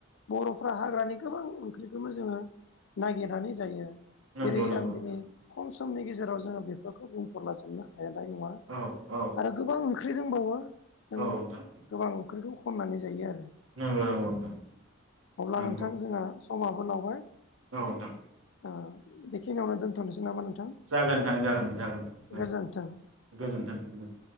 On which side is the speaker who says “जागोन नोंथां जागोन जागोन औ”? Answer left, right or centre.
Right